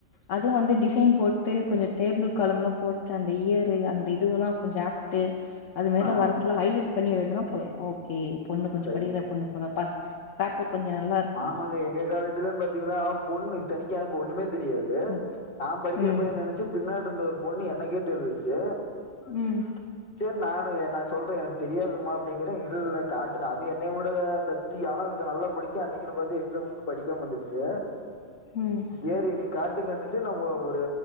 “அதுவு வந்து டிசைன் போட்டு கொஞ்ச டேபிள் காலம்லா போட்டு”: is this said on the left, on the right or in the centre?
Left